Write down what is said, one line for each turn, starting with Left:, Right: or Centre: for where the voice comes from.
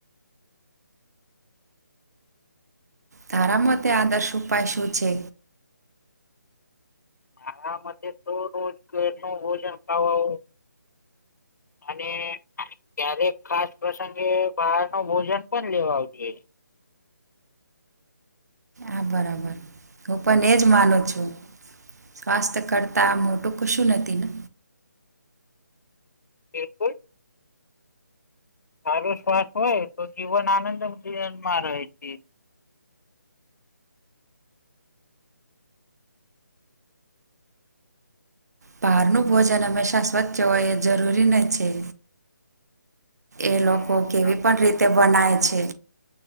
Right: તારા મતે આદર્શ ઉપાય શું છે?
Left: મારા મતે તો રોજ ધરનુ ભોજન ખાવો અને ક્યારેક ખાસ પ્રસંગે બહાર ન ભોજન પણ લેવાવ જોએ
Right: આ બરાબર હું પન એ જ માનું છું. કાસ્ત કરતાં મોટું કશું નથી ને
Left: એ <unintelligible> હારો શ્વાસ હોય તો જીવન આનંદ જીવનમાં રહે તી
Right: બહારનું ભોજન હંમેશા સ્વચ્છ હોય એ જરૂરી ન છે. એ
Left: હમ
Right: લોકો કેવી
Left: હા
Right: પણ રીતે બનાય છે.